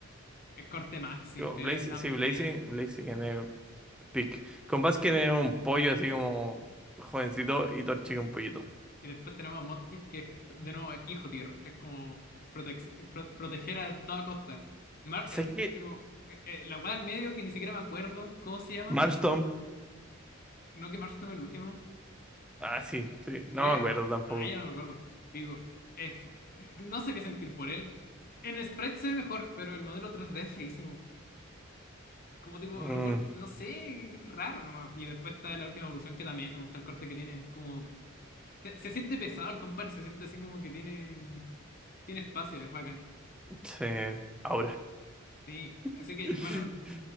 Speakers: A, on the left (about 45°); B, in the centre.
A: es corte Maxim.
B: Digo,
A: Es
B: Blaze,
A: tan
B: sí, Blaze,
A: bueno.
B: Blaze Pick. Con Baskin es un pollo así como jovencito y Torchic es un pollito.
A: Y después tenemos a Mudkip, que es de nuevo eh, hijo tier. Es como protex- pro- proteger a toda costa. Mar-
B: ¿Sabes
A: eh,
B: qué?
A: eh, como, eh, eh, la weá en medio, que ni siquiera me acuerdo cómo se llama.
B: Marstomp.
A: No que Marsh tome el último.
B: Ah, sí, sí. No
A: Creo.
B: me acuerdo tampoco.
A: Ah, ya no me acuerdo. Digo, es- eh, no sé qué sentir por él. En Sprite se ve mejor, pero el modelo 3D es feísimo. Como tipo,
B: Mm,
A: recuerdo, no sé, raro nomás. Y después está la última evolución que también me gusta el corte que tiene. Es Como, se, se siente pesado el compadre, se siente así como que tiene, tiene espacio, es bacán.
B: sí, ahora.
A: Sí, así
B: <laughs>
A: que, bueno,